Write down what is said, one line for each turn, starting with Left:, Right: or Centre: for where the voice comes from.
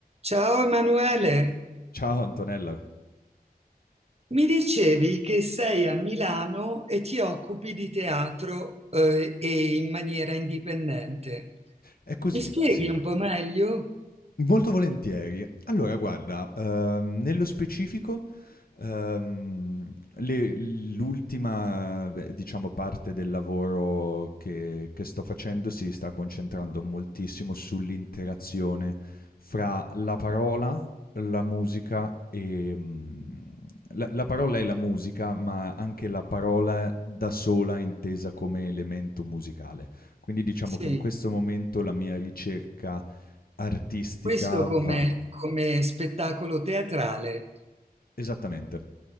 Right: Ciao Emanuele,
Left: Ciao Antonella.
Right: mi dicevi che sei a Milano e ti occupi di teatro, eh, e in maniera indipendente.
Left: È così,
Right: Mi spieghi
Left: sì.
Right: un po' meglio?
Left: Molto volentieri. Allora guarda, ehm, nello specifico Ehm, le- l'ultima, beh, diciamo, parte del lavoro che, che sto facendo si sta concentrando moltissimo sull'interazione fra la parola, la musica e... mm, la, la parola e la musica, ma anche la parola da sola intesa come elemento musicale. Quindi diciamo
Right: Sì,
Left: che in questo momento la mia ricerca artistica
Right: questo come,
Left: va...
Right: come spettacolo teatrale,
Left: Esattamente.